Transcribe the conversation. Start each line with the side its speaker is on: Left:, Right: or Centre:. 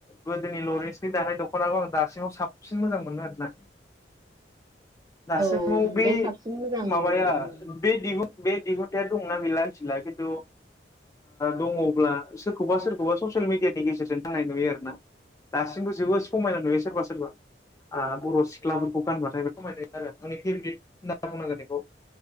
Left: गोदोनि लरेन्सनि दानाय दख ककनाखौ आं दासिमाव साबसिन मोजां मोनो आरोना। दासिमाव
Right: औ
Left: बे
Right: साबसिन मोजां नुयो
Left: माबाया
Right: ओं
Left: बे दिहुन बे दिहुनथाया दंना गैला आसिला खिन्थु दङब्ला सोरखौबा सोरखौबा ससियेल मिडियानि गेजेरजों थाखाय नुयो आरो ना दासिमबो जोबोद समायना नुयो सोरबा सोरबा? बर' सिख्लाफोरखौ गानबाथाय समाय आरो आंनि फेभरेट होनना बुंनांगोन बेखौ।